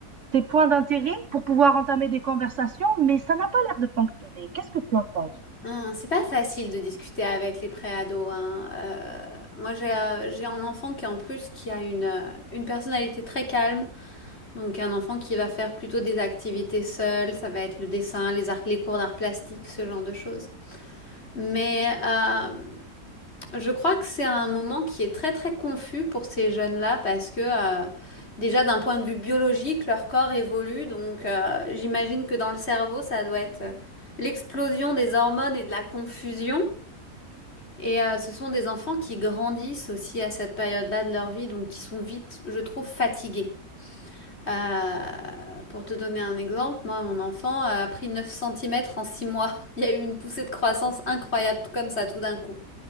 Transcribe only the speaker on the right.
ses points d'intérêt pour pouvoir entamer des conversations, mais ça n'a pas l'air de fonctionner. Qu'est-ce que tu en penses?